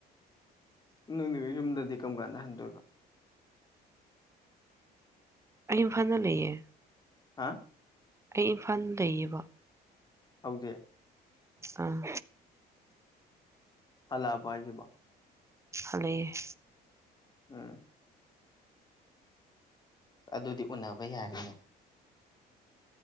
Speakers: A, on the left; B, on the right.
A: ꯅꯪꯗꯤ ꯌꯨꯝꯗꯗꯤ ꯀꯔꯝ ꯀꯥꯟꯗ ꯍꯟꯗꯣꯏꯕ
B: ꯑꯩ ꯏꯝꯐꯥꯜꯗ ꯂꯩꯌꯦ
A: ꯍꯥ
B: ꯑꯩ ꯏꯝꯐꯥꯜ ꯂꯩꯌꯦꯕ
A: ꯍꯧꯖꯤꯛ
B: ꯑꯥ
A: ꯍꯜꯂꯥꯛꯑꯕꫭ ꯍꯥꯢꯁꯤꯕꯨ
B: ꯍꯥꯜꯂꯥꯛꯑꯦ
A: ꯎꯝ ꯑꯗꯨꯗꯤ ꯎꯅꯕ ꯌꯥꯔꯦꯅꯦ